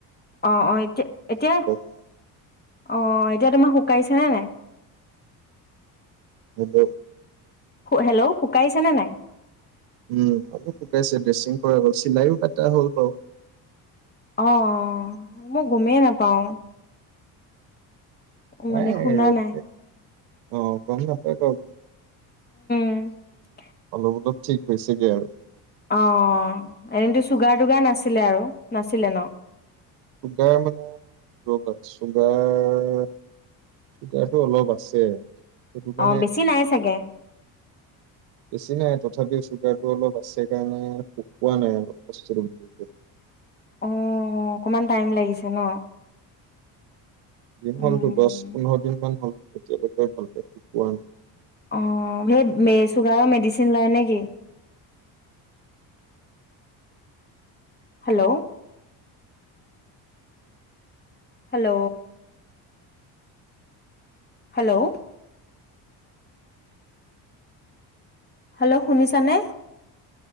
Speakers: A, on the left; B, on the right.
A: অ', অ', এতিয়া এতিয়া
B: <inaudible>
A: অ' এতিয়া তোমাৰ শুকাইছেনে
B: হব।
A: হেল্ল শুকাইছে নে নাই,
B: উম শুকাইছে চিলাইও কটা হল বাৰু
A: অ', অ', মই গমে নাপাওঁ
B: নাই
A: মানে শুনা
B: এনেকে
A: নাই
B: অ', গম নাপাই বাৰো
A: <unintelligible>
B: অলপ অলপ ঠিক হৈছেগে আৰু।
A: অ', অ', এনেইটো চুগাৰ টোগাৰ নাছিলে আৰু নাছিলে ন?
B: চুগাৰ মানে ৰবা চুগাৰ টো অলপ আছে। <unintelligible>
A: অ', বেছি নাই চাগে
B: বেছি নাই। তথাপি চুগাৰ টো অলপ আছে কাৰণে শুকুৱা নাই অলপ বস্তুটো
A: অ', অকমান টাইম লাগিছে ন?
B: দিন
A: উম,
B: হ'ল টো দশ
A: উম।
B: পোন্ধৰ দিন মান হ'ল। এতিয়ালেকে ভালকে <unintelligible>
A: অ', সেই মে চুগাৰৰ মেডিচিন লয় নে কি? হেল্ল হেল্ল হেল্ল হেল্ল শুনিছানে?